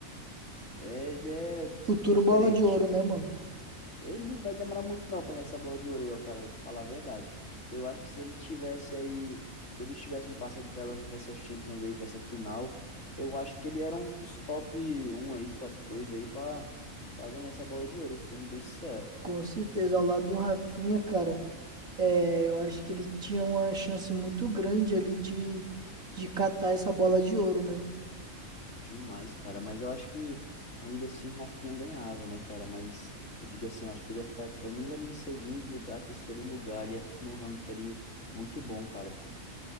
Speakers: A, on the left (about 65°); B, on the right (about 80°).
A: É, Ele é
B: Futuro
A: diferente.
B: bola de ouro, né, mano?
A: Ele vai demorar muito não pra ganhar essa bola de ouro aí, ó, cara. Vou te falar a verdade. Eu acho que se ele tivesse aí, se eles tivessem passado pela, pra essa Champions aí, pra essa final, eu acho que ele era um dos top um aí, top 2 aí pra, pra ganhar essa bola de ouro, sendo bem sincero.
B: Com certeza, ao lado do Rafinha, cara, é, eu acho que ele tinha uma chance muito grande ali de, de catar essa bola de ouro, né?
A: Demais, cara. Mas eu acho que ainda assim o Rafinha ganhava, né, cara? Mas eu digo assim, eu acho que ele ia ficar pelo menos ali em segundo lugar, terceiro lugar. Ele ia ficar no ranking ali muito bom, cara.